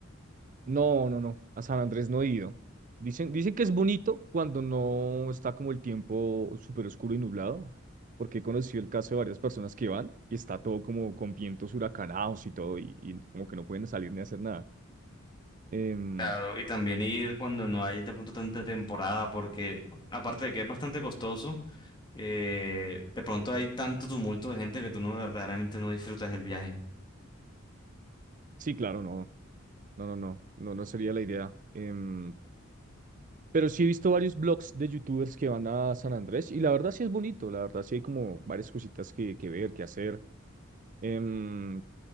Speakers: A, on the right; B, on the left.
A: No, no, no. A San Andrés no he ido. Dicen, dicen que es bonito cuando no está como el tiempo súper oscuro y nublado, porque he conocido el caso de varias personas que van y está todo como con vientos huracanados y todo, y, y como que no pueden salir ni hacer nada. Em,
B: Claro, y también ir cuando no hay de pronto tanta temporada, porque aparte de que es bastante costoso, eh, de pronto hay tanto tumulto de gente que tú no verdaderamente no disfrutas el viaje.
A: sí, claro, no, no, no, no, no, no sería la idea. Em, pero sí he visto varios blogs de youtubers que van a San Andrés y la verdad sí es bonito, la verdad sí hay como varias cositas que, que ver, que hacer. Em,